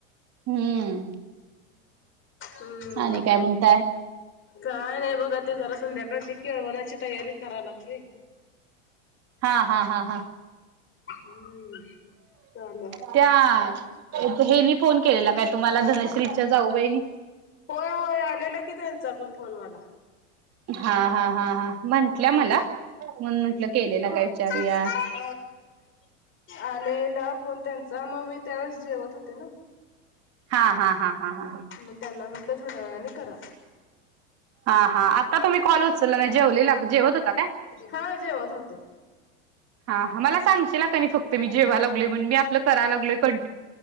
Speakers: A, on the right (about 40°); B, on the left (about 30°).
A: हम्म.
B: हम्म!
A: आणि काय म्हणताय
B: काय नाही बघा ते जरा संध्याकाळची केळवण्याची तयारी करायला लागलोय.
A: हा हा हा हा!
B: हम्म! चालेल
A: त्या हेनी फोन केलेला काय तुम्हाला धनश्रीच्या जाऊ बाईंनी?
B: होय होय आलेला की त्यांचा पण फोन मला.
A: हा हा हा हा! म्हंटल्या मला म्हणून म्हंटलं केलेला काय विचारूया.
B: संस्कार आलेला फोन त्यांचा मग मी त्यावेळेस जेवत होते ना.
A: हा हा हा हा हां!
B: मग त्यांना म्हटलं थोड्या वेळाने करा.
A: <inaudible> हा हा, आता तुम्ही कॉल उचलला नाही जेवलेला जेवत होता काय?
B: हा जेवत होते
A: हा मला सांगशीला का फक्त मी जेवाय लागलोया म्हण मी आपलं कराय लागलों कन